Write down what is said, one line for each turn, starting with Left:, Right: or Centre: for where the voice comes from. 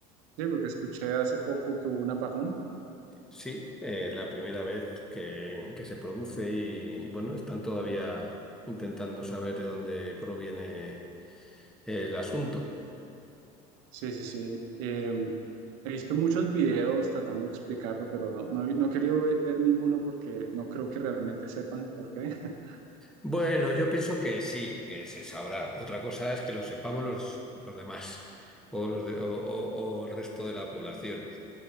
Right: sí, porque escuché hace poco que hubo un apagón.
Centre: Sí, eh, la primera vez que, que se produce y, bueno, están todavía intentando saber de dónde proviene el asunto.
Right: Sí, sí, sí. Eh, he visto muchos videos tratando de explicarlo, pero no, no, he no he querido ve- ver, ninguno porque no creo que realmente sepan por qué. <laughs>
Centre: Bueno, yo pienso que sí, que se sabrá. Otra cosa es que lo sepamos los, los demás o, los de- o o- o el resto de la población.